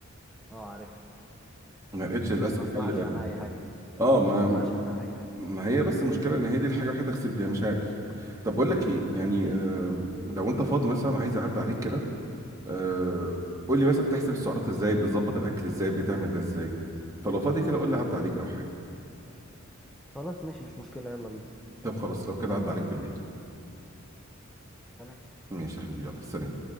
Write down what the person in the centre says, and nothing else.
اه عارفها
بس ما اسمعش
عنها اي حاجه
ما اسمعش عنها اي حاجه
خلاص ماشي مش مشكلة يلا بينا
تمام